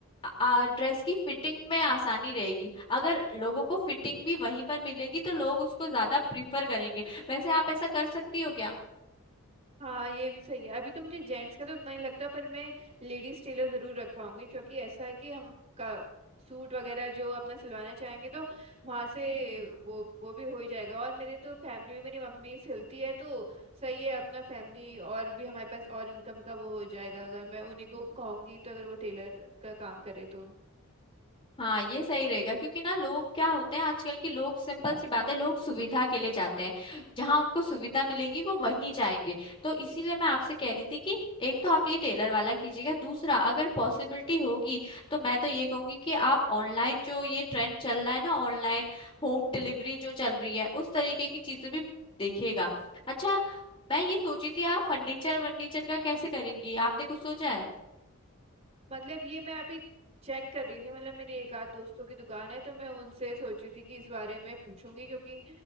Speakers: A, on the left (about 25°); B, on the right (about 30°).
A: आ, ड्रेस की फिटिंग में आसानी रहेगी अगर लोगों को फिटिंग भी वहीं पर मिलेगी तो लोग उसको ज्यादा प्रिफर करेंगे वैसे आप ऐसा कर सकती हो क्या
B: हाँ ये भी सही है अभी तो मुझे जेंट्स का तो उतना ही लगता है, पर मैं लेडीज टेलर जरूर रखवाऊंगी क्योंकि ऐसा है कि हम का सूट वगैरह जो अपना सिलवाना चाहेंगे तो वहां से वो वो भी हो ही जाएगा और मेरे तो फैमिली में मेरी मम्मी सिलती है तो सही है अपना फैमिली और भी हमारे पास और इनकम का वो हो जाएगा अगर मैं उन्हीं को कहूंगी तो अगर वो टेलर का काम करे तो
A: हाँ ये सही रहेगा क्योंकि ना लोग क्या होते हैं आजकल के लोग सिंपल सी बात है लोग सुविधा के लिए जाते हैं जहां उनको सुविधा मिलेगी वो वहीं जाएंगे तो इसीलिए मैं आपसे कह रही थी कि एक तो आप ये टेलर वाला कीजिएगा दूसरा अगर पॉसिबिलिटी होगी तो मैं तो ये कहूंगी कि आप ऑनलाइन जो ये ट्रेंड चल रहा है ना ऑनलाइन होम डिलीवरी जो चल रही है उस तरीके की चीजें भी देखिएगा अच्छा मैं ये सोची थी आप फर्नीचर वर्नीचर का कैसे करेंगी आपने कुछ सोचा है
B: मतलब ये मैं अभी चेक कर रही थी मतलब मेरी एक आध दोस्तों की दुकान है तो मैं उनसे सोची थी कि इस बारे में पूछूंगी क्योंकि